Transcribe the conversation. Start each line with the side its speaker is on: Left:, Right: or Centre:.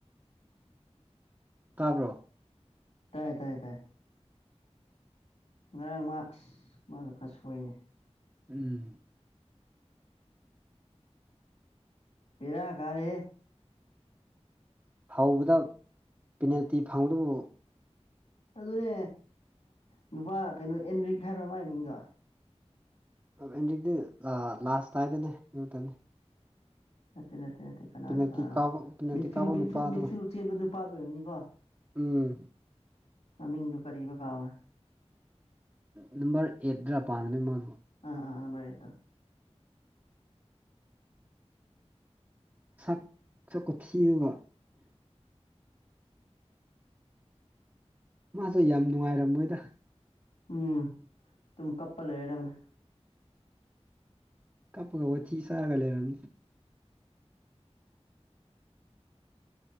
Right: ꯇꯥꯕ꯭ꯔꯣ
Left: ꯇꯥꯏ ꯇꯥꯏ ꯇꯥꯏ ꯉꯔꯥꯡ ꯃꯥ ꯑꯁ ꯃꯥꯗꯨ ꯈꯔ ꯁꯣꯏꯅꯦ
Right: ꯎꯝ
Left: ꯕꯦꯔꯥ ꯀꯥꯔꯦꯍꯦ
Right: ꯍꯧꯕꯗ ꯄꯦꯅꯦꯜꯇꯤ ꯐꯪꯕꯗꯨꯕꯨ
Left: ꯑꯗꯨꯅꯦ ꯅꯨꯄꯥ ꯀꯩꯅꯣ ꯑꯦꯟꯗ꯭ꯔꯤꯛ ꯍꯥꯏꯕ꯭ꯔꯥ ꯃꯥꯒꯤ ꯃꯤꯡꯗꯣ
Right: ꯑꯦꯟꯗ꯭ꯔꯤꯛꯇꯤ ꯂꯥꯁꯇꯥꯏꯗꯅꯦ ꯑꯗꯨꯗꯅꯦ
Left: ꯅꯠꯇꯦ ꯅꯠꯇꯦ ꯅꯠꯇꯦ ꯀꯅꯥꯅꯣ
Right: ꯄꯦꯅꯥꯜꯇꯤ
Left: ꯀꯅꯥꯅꯣ
Right: ꯀꯥꯎꯕ ꯄꯦꯅꯥꯜꯇꯤ
Left: ꯃꯤꯠ ꯐꯤꯜ
Right: ꯀꯥꯎꯕ
Left: ꯃꯤꯠ
Right: ꯅꯨꯄꯥꯗꯣ
Left: ꯐꯤꯜ ꯃꯤꯠ ꯐꯤꯜ ꯆꯦꯟꯕ ꯅꯨꯄꯥꯗꯣ ꯑꯣꯏꯔꯝꯅꯤꯀꯣ
Right: ꯎꯝ
Left: ꯃꯃꯤꯡꯗꯨ ꯀꯔꯤꯕ ꯀꯥꯒꯔꯦ
Right: ꯅꯝꯕꯔ ꯑꯩꯠ ꯗ꯭ꯔ ꯄꯥꯟꯕꯅꯦ ꯃꯗꯣ
Left: ꯑꯥ ꯑꯥ ꯅꯝꯕꯔ ꯑꯩꯠꯇꯣ
Right: ꯁꯛꯁꯨ ꯀꯨꯊꯤꯃꯥ ꯃꯥꯁꯨ ꯌꯥꯝ ꯅꯨꯡꯉꯥꯏꯔꯝꯃꯣꯏꯗ
Left: ꯎꯝ ꯇꯨꯝ ꯀꯞꯄ ꯂꯩꯔꯗꯕꯅꯦ
Right: ꯀꯞꯄꯒ ꯋꯥꯊꯤ ꯆꯔꯒ ꯂꯩꯔꯝ